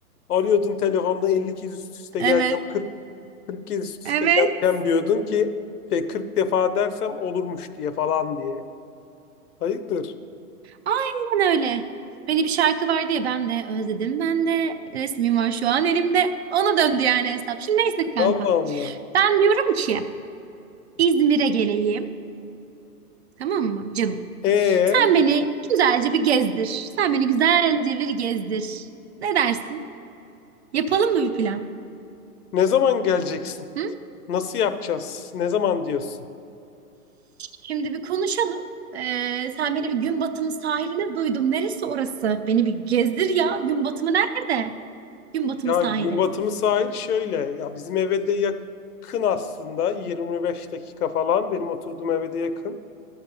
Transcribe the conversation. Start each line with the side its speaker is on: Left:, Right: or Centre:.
Left: Arıyordun telefonda 50 kez üst üste
Right: Evet.
Left: geleceğim, 40, 40 kez üst üste
Right: Evet.
Left: geleceğim diyordun ki şey, 40 defa dersem olurmuş diye falan diye. Hayırdır?
Right: Aynen öyle. Hani bir şarkı var diye ben de özledim. Ben de resmim var şu an elimde. Ona döndü yani hesap. Şimdi neyse kankam.
Left: Allah Allah.
Right: Ben diyorum ki İzmir'e geleyim. Tamam mı canım?
Left: E
Right: Sen beni güzelce bir gezdir. Sen beni güzelce bir gezdir. Ne dersin? Yapalım mı bir plan?
Left: ne zaman geleceksin?
Right: Hı?
Left: Nasıl yapacağız? Ne zaman diyorsun?
Right: Şimdi bir konuşalım. Ee, sen beni bir gün batımı sahiline duydum. Neresi orası? Beni bir gezdir ya. Gün batımı nerede? Gün batımı
Left: Ya
Right: sahili.
Left: gün batımı sahil şöyle. Ya bizim eve de yakın aslında. 25 dakika falan. Benim oturduğum eve de yakın.